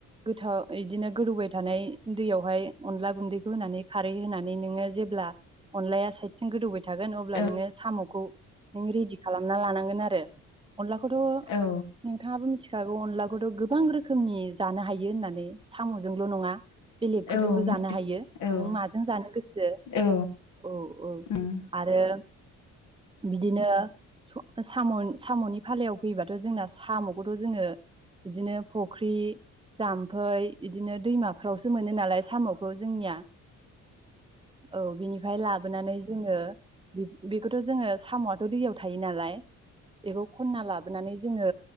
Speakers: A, on the right (about 15°); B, on the left (about 80°).
A: गोथाव बिदिनो गोदौबाय थानाय दैयावहाय अनला गुन्दैखौ होनानै खारै होनानै नोङो जेब्ला अनलाया साइदजों गोदौबाय थागोन अब्ला
B: औ
A: नोङो साम'खौ नों रेडि खालामना लानांगोन आरो अनलाखौथ'
B: औ
A: नोंथाङाबो मिथि मिथिखाखौ अनलाखौथ' गोबां रोखोमनि जानो हायो होननानै साम'जोंल' नङा। बेलेगफोरजोंबो
B: औ मिथिगौ
A: जानो हायो
B: औ
A: नों माजों जानो गोसो
B: औ
A: औ औ
B: उम
A: आरो बिदिनो साम'नि फालायाव फैबाथ' जोंना साम'खौथ' जोङो बिदिनो फुख्रि जाम्फै बिदिनो दैमाफ्रावसो मोनो नालाय साम'खौ जोंनिया औ बिनिफ्राय लाबोनानै जोङो बेखौथ' जोङो साम'आथ' दैयाव थायो नालाय बेखौ खनना लाबो लाबोनानै जोङो